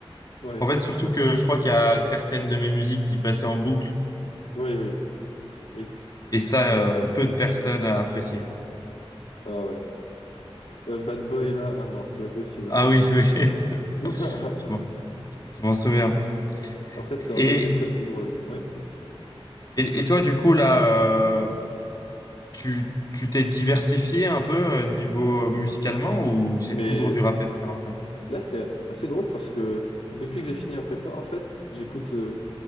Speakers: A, on the left (about 85°); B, on the left (about 40°).
A: Ouais,
B: En fait, surtout que je crois qu'il y a certaines de mes musiques qui passaient en boucle
A: oui, oui, oui.
B: et ça, euh, peu de personnes appréciaient.
A: Ah ouais. Euh, Bad Boy là, ah non, c'était pas possible.
B: Ah oui, oui, <laughs>
A: <laughs>
B: je m'en je m'en souviens.
A: Après, ça
B: Et,
A: redevenait presque drôle, oui.
B: et, et toi, du coup, là, euh, tu tu t'es diversifié un peu euh, niveau musicalement ou c'est
A: Mais
B: toujours du rap FR encore?
A: là, c'est assez drôle parce que depuis que j'ai fini la prépa, en fait, j'écoute euh,